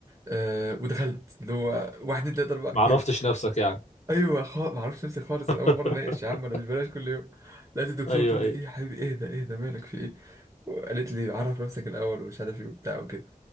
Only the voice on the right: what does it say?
أه ودخلت اللي هو واحد اتنين تلاته اربعه
كده
ايوه خالص ما اعرفش نفسي خالص
انا اول مره اناقش يا عم انا مش بلاش كل يوم لقيت الدكتوره
بتقول لي
ايه يا حبيبي اهدى اهدى مالك في ايه وقالت لي عرف نفسك الاول ومش عارف ايه وبتاع وكده